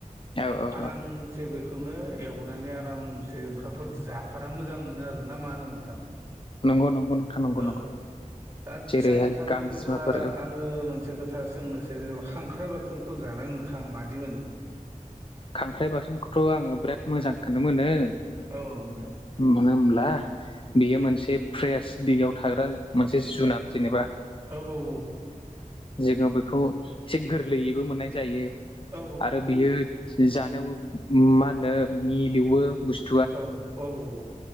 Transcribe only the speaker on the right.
आराम
जे बेखौनो एवनानै आरामसे ओंखामफोर जाफाना मोजां मोनो आरो ना मा होनो नोंथां? <inaudible>
औ
आदसा
नोंथां
जेनेबा आङो मोनसे खोथा सोंनोसै जेनेबा खांख्राइ बाथोनखौ जानानैा नोंथाङा मादि मोनो
औ औ नोंथां
औ औ
औ
औ औ औ औ